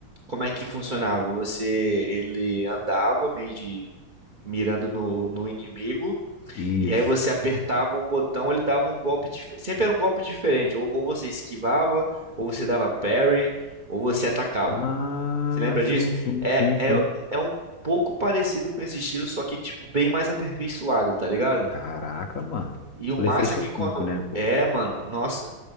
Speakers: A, on the right; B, on the left.
A: como é que funcionava? Você, ele andava meio de mirando no, no inimigo.
B: Isso.
A: E aí você apertava um botão, ele dava um golpe diferente. Sempre era um golpe diferente. Ou, ou você esquivava, ou você dava parry, ou você atacava.
B: Ah,
A: Você lembra
B: sim,
A: disso?
B: sim,
A: É,
B: sim,
A: é,
B: sim.
A: é um pouco parecido com esse estilo, só que, tipo, bem mais aperfeiçoado, tá ligado?
B: Caraca, mano.
A: E o
B: PlayStation
A: massa é que quando.
B: cinco, né, pô?
A: É, mano, nossa.